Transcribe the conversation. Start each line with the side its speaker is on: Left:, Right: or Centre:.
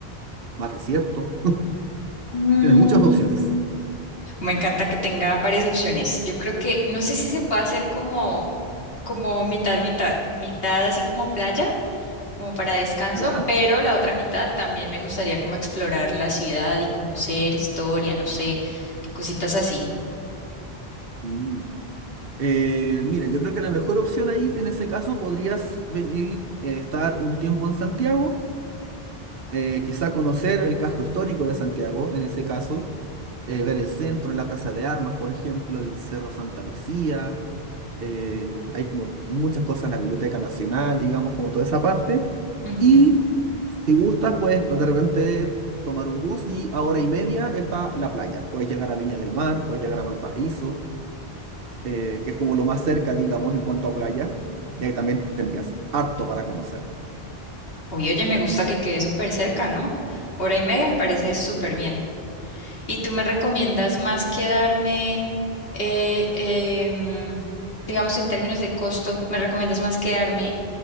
Right: ¿más desierto?
Left: Mm,
Right: Tienes muchas opciones.
Left: Me encanta que tenga varias opciones. Yo creo que no sé si se puede hacer como como mitad mitad, mitad así como playa como para descanso,
Right: ¿Ya?
Left: pero la otra mitad también me gustaría como explorar la ciudad y conocer historia, no sé, cositas así.
Right: Mm. Eh, mira, yo creo que la mejor opción ahí, en ese caso, podrías venir, eh, estar un tiempo en Santiago, eh, quizá conocer el casco histórico de Santiago, en ese caso eh, ver el centro, la Plaza de Armas, por ejemplo, el Cerro Santa Lucía, eh, hay como muchas cosas, la Biblioteca Nacional, digamos, como toda esa parte.
Left: Ujú.
Right: Y si gustas, puedes de repente tomar un bus y a hora y media está la playa. Puedes llegar a Viña del Mar, puedes llegar a Valparaíso, eh, que es como lo más cerca, digamos, en cuanto a playa. Y ahí también tendrías harto para conocer.
Left: Uy, oye, me gusta que quede súper cerca, ¿no? Hora y media me parece súper bien. ¿Y tú me recomiendas más quedarme, eh, em, digamos, en términos de costo, me recomiendas más quedarme